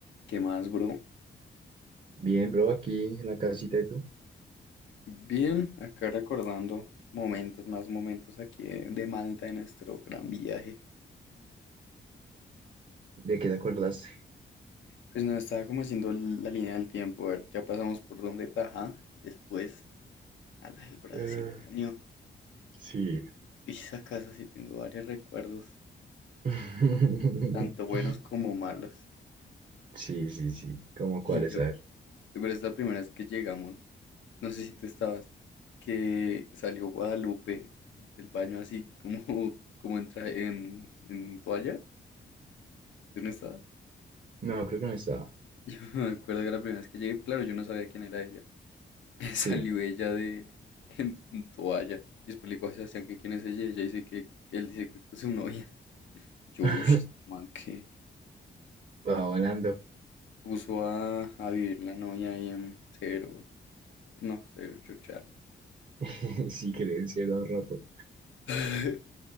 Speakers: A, on the left (about 75°); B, on the right (about 40°).
A: ¿Qué más, bro?
B: Bien, bro, aquí en la casita de tú.
A: Bien, acá recordando momentos, más momentos aquí de, de Malta, de nuestro gran viaje.
B: ¿De qué te acordaste?
A: Pues nos estaba como haciendo l- la línea del tiempo, a ver, ya pasamos por donde Tajá, después a la del brasileño.
B: Eh, sí,
A: Y esa casa sí tengo varios recuerdos,
B: <laughs>
A: tanto buenos como malos. <laughs>
B: Sí, sí, sí. ¿Cómo
A: Y
B: cuáles?
A: yo,
B: A
A: yo
B: ver.
A: creo que es la primera vez que llegamos, no sé si tú estabas, que salió Guadalupe del baño así como, <laughs> como en, traje- en, en toalla, ¿tú no estabas?
B: No, creo que no estaba.
A: Yo <laughs> me acuerdo que la primera vez que llegué, pues, claro, yo no sabía quién era ella. <laughs>
B: Sí.
A: Salió ella de en, en toalla y después le digo a Sebastián que quién es ella. Ella dice que él dice que es su novia. <laughs> Yo,
B: <laughs>
A: "Ush, este man, que
B: Va volando.
A: puso a, a vivir la novia ahí en cero, no, cero chochar.
B: <laughs> Sí, creo, cierto rato.
A: <laughs>